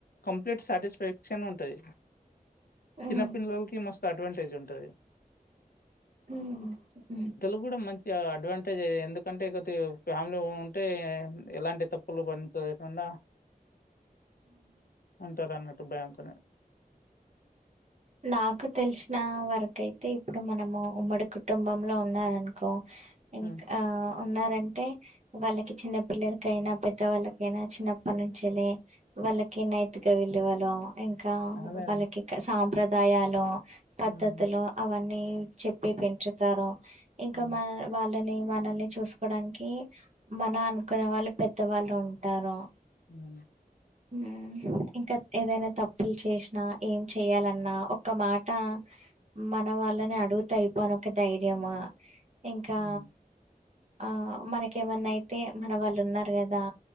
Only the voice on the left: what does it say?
కంప్లీట్ సాటిస్ఫాక్షన్ ఉంటది
చిన్నపిల్లలకి మస్ అడ్వాంటేజ్ ఉంటది
ఇది కూడా మంచి అడ్వాంటేజే ఎందుకంటే కొద్దిగా ఫ్యామిలీ బావుంటే ఎలాంటి తప్పులు పని చేయకుండా ఉంటరు అన్నట్టు భయంతోని
ఉమ్,
అదే
అదే
ఉమ్,
ఉమ్,
ఉమ్
ఉమ్,